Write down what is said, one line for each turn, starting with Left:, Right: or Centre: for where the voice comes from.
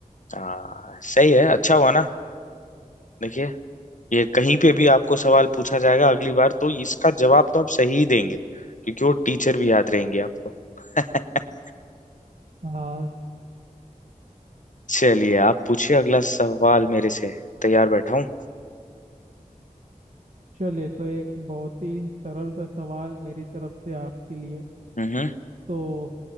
Left: हाँ सही है अच्छा हुआ ना देखिए ये कहीं पे भी आपको सवाल पूछा जाएगा अगली बार तो इसका जवाब तो आप सही ही देंगे क्योंकि वो टीचर भी याद रहेंगे आपको <laughs>
Right: हाँ
Left: चलिए आप पूछिए अगला सवाल मेरे से तैयार बैठा हूँ
Right: चलिए तो एक बहुत ही सरल सा सवाल मेरी तरफ से आपके लिए
Left: हम्म
Right: तो